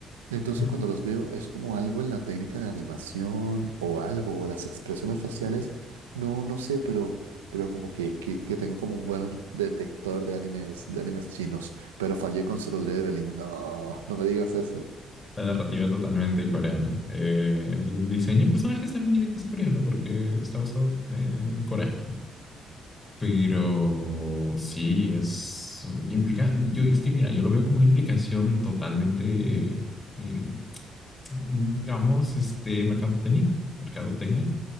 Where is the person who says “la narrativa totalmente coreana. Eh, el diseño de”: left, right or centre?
Left